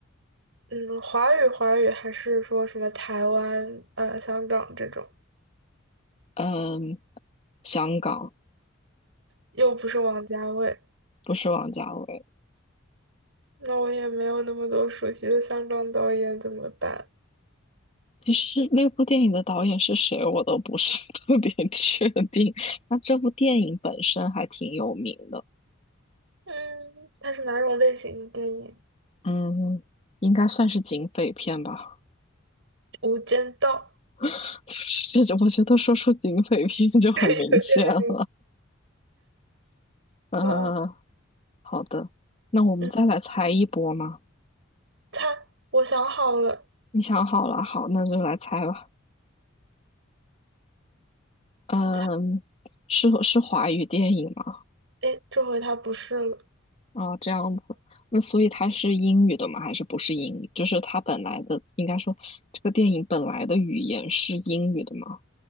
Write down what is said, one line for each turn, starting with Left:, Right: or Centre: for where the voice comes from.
Right: 嗯，华语华语还是说什么台湾、呃香港这种，
Left: 嗯，香港
Right: 又不是王家卫，
Left: 不是王家卫。
Right: 那我也没有那么多熟悉的香港导演，怎么办？
Left: 其实那部电影的导演是谁，我都不是 <laughs> 特别确定。那这部电影本身还挺有名的，
Right: 嗯，它是哪种类型的电影？
Left: 嗯，应该算是警匪片吧。
Right: 《无间道》。
Left: <laughs> 是，我觉得说出警匪片就很明显了。
Right: <laughs> 有点
Left: 嗯，
Right: 吗？
Left: 好的，那我们再来猜一波吗？
Right: 嗯，他，我想好了，
Left: 你想好了，好，那就来猜吧。嗯，
Right: 他，
Left: 是是华语电影吗？
Right: 哎，这回他不是了，
Left: 啊，这样子。那所以它是英语的吗？还是不是英语？就是它本来的，应该说这个电影本来的语言是英语的吗？